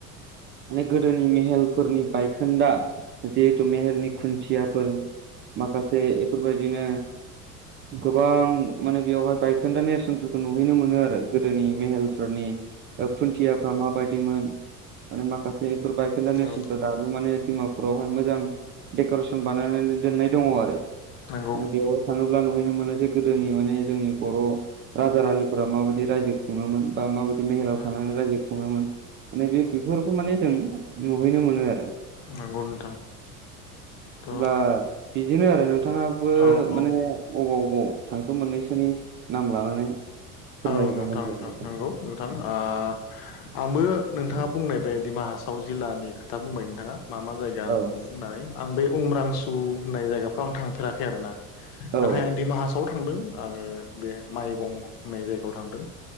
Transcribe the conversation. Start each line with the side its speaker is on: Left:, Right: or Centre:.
Right: माने गोदोनि मेहेलफोरनि बायखोन्दा जिहेथु मेहेलनि खुन्थियाफोर माखासे एफोरबायदिनो गोबां माने बेयावहाय बाय खोनदा नेरसोनफोरखौ नुहैनो मोनो आरो गोदोनि मेहेलफोरनि खुन्थियाफ्रा माबादिमोन माने माखासे एफोर बायखोनदा नेरसोनखौ
Left: औ
Right: दाबो माने डिमापुरावहाय मोजां डेक'रेसन बानायनानै दोननाय दङ आरो माने
Left: नंगौ
Right: बेवहाय थाङोब्ला नुहैनो मोनो जे गोदोनि माने जोंनि बर' राजा रानिफोरा माबादि रायजो खुङोमोन बा माबायदि मेहेलायाव
Left: उम
Right: थांनानै रायजो खुङोमोन माने बे-बेफोरखौ माने जों नुहैनो मोनो आरो
Left: नंगौ नोंथां थ'
Right: अब्ला बिदिनो आरो नोंथाङाबो
Left: औ औ
Right: माने अबाव अबाव थांखो मोननैसोनि नाम लानानै फोरमायोबा
Left: औ नोंथां
Right: मोजां
Left: नोंथां
Right: जागोन
Left: नंगौ नोंथां आ आंबो नोंथाङा बुंनाय बे दिडमा हासाव जिल्लानि खोथा बुंबाय नोंथाङा मा मा जाय गा
Right: औ
Left: होननानै आं बे उम्रांसु होननाय जायगाफ्राव आं थांफेराखै आरो ना नाथाय
Right: औ
Left: आं दिमा हासाव थांदों आङो बे माइबं होननाय जायगायाव थांदों